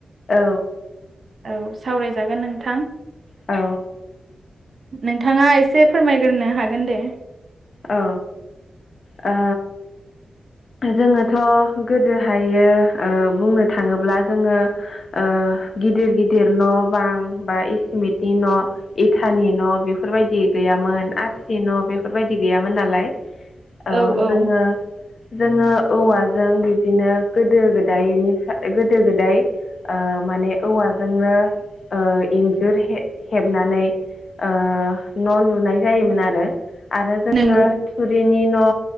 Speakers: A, on the left; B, on the right.
A: औ
B: औ सावराय जागोन नोंथां।
A: औ।
B: नोंथांङा एसे फोरमायग्रोनो हागोन दे।
A: औ ओ जोंङोथ' गोदोहायो ओ बुंनो थांङोब्ला जोंङो ओ गिदिर गिदिर न' बां बा एसिमिटिन न', एथानि न', बेफोरबायदि गैयामोन आर सि न' बेफोरबायदि गैयामोन नालाय ओ
B: औ औ
A: जोंङो जोंङो औवाजों बिदिनो गोदो गोदायनिफ्राय गोदो गोदाय ओ माने औवाजोंनो ओ इन्जुर हे-हेबनानै ओ न' लुनाय जायोमोन आरो। आरो जोंङो
B: नंगौ
A: थुरिनि न'